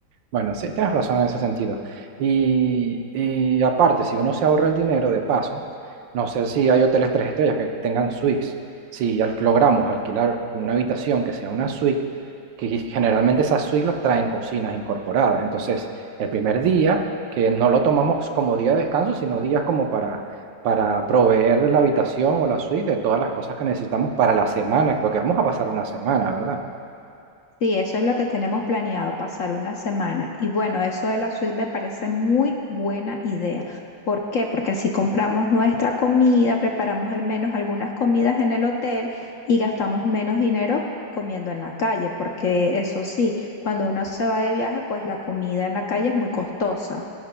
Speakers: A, on the right; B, on the left.
A: Bueno, sí, tienes razón en ese sentido. Y, y aparte, si uno se ahorra el dinero de paso, no sé si hay hoteles tres estrellas que tengan suites. Si al- logramos alquilar una habitación que sea una suite, que generalmente esas suites los traen cocinas incorporadas. Entonces, el primer día, que no lo tomamos como día de descanso, sino días como para, para proveer la habitación o la suite de todas las cosas que necesitamos para la semana, porque vamos a pasar una semana, ¿verdad?
B: Sí, eso es lo que tenemos planeado, pasar una semana. Y bueno, eso de la suite me parece muy buena idea. ¿Por qué? Porque así compramos nuestra comida, preparamos al menos algunas comidas en el hotel y gastamos menos dinero comiendo en la calle, porque eso sí, cuando uno se va de viaje, pues la comida en la calle es muy costosa.